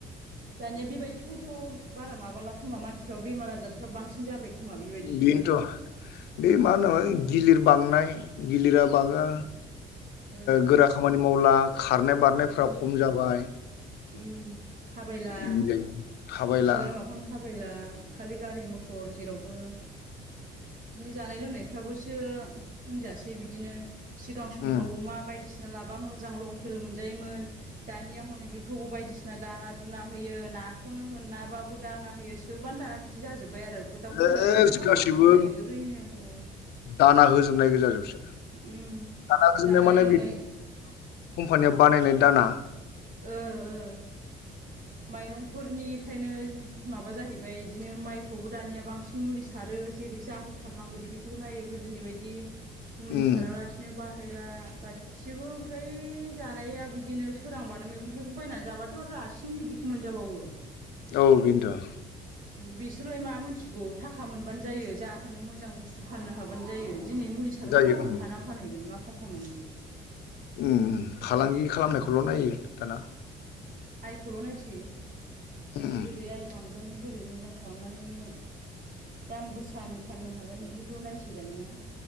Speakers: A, on the right (about 50°); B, on the left (about 75°).
A: दानिया बेबायदिखायनोथ' बारा माबाला खोमा मानसिफ्रा बेमार आजारफ्रा बांसिन जाबाय खोमा बेबायदिखायनो
B: बेनोथ' बे मा होनो गिलिर बांनाय गिलिरा बाङो
A: ओ
B: गोरा खामानि मावला खारनाय बारनायफ्रा
A: ओ
B: खम जाबाय।
A: उम थाबायला
B: बिदिनो थाबायला
A: ससे लामाखौनो थाबायला खालि गारि मथर जेरावबो बिदिनो जानाय लोंनायफ्राबोसो होनजासै बिदिनो सिगां समफ्राव
B: उम
A: अमा बायदिसिना लाबा मोजां लकेल मोनजायोमोन दानिया हनै बे थ बायदिसिना दाना दुना होयो नाखौनो होनाबाबो दाना होयो सोबानो दाना बिदि जाजोबबाय बाय आरो दाउ
B: सेस
A: ब्रयलारा मालाय मा
B: गासिबो
A: दंखायो ओरैनो औ
B: दाना होजोबनाय गोजा जोबसो
A: उम
B: दाना होजोबनाय
A: जानाय
B: माने
A: लोंनाय
B: बे कम्पानिया बानायनाय दाना।
A: ओ ओ। माइरंफोरनिफ्रायनो माबा जाहैबाय बिदिनो माइफ्रावबो दानिया बांसिन मुलि सारो। जेरै जथारनांगौ बिदिखौल' नाय गोदनि बायदि मुलि
B: उम
A: साराला। बाला गासिबो फ्राय जानाया बिदिनो सोरांबानो मैगं थाइगं बायनानै जाबाथ' आरो रासिनो। बिदिखौ मोनजाबावो।
B: औ बिन्थ'।
A: बिसोरलाय मा मिथिगौ थाखा मोनबानो जायो जाहोनो मोजां बुस्थु फाननो हाबानो जायो। दिनै मुलि सारनो
B: जायो
A: गाबोन
B: उम
A: खाना फानहैगोन मा फाथ्ता मोननो।
B: उम उम फालांगि खालामनायखौल' नायो। दाना
A: आइखौल' नायसै
B: उम उम
A: बोरै आइ बांगोन। बोरै मोजां खालामनानै दाम गोसानि फाननो हागोन बिदिखौ नायसै दानिया